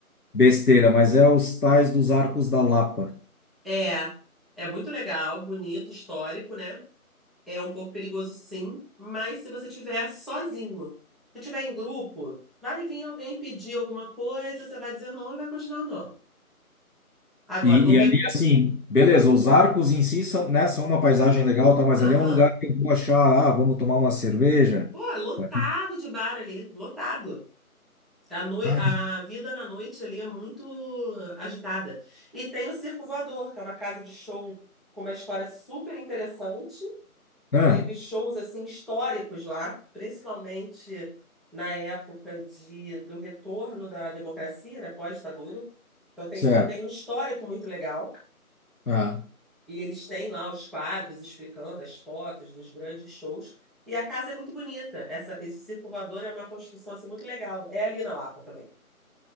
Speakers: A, on the left (about 80°); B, in the centre.
A: besteira, mas é os tais dos Arcos da Lapa.
B: É, é muito legal, bonito, histórico, né? É um pouco perigoso, sim, mas se você tiver sozinho, se tiver em grupo, vai vir alguém pedir alguma coisa, você vai dizer não e vai continuar andando. Agora,
A: E,
B: não re-
A: e ali, assim, beleza, os arcos em si são, né, são uma paisagem legal, tá, mas
B: Aham.
A: ali é um lugar que eu vou achar, ah, vamos tomar uma cerveja.
B: Pô, é lotado
A: Vai ter-
B: de bar ali, lotado. A, noi...
A: Ah,
B: a vida na noite ali é muito agitada. E tem o Circo Voador, que é uma casa de show com uma história super interessante.
A: né?
B: Teve shows assim históricos lá, principalmente na época de... do retorno da democracia, né, pós-ditadura. Então tem...
A: Certo.
B: tem um histórico muito legal.
A: Ah,
B: E eles têm lá os quadros explicando as fotos dos grandes shows. E a casa é muito bonita. Essa, esse circo voador é uma construção assim, muito legal. É ali na Lapa também,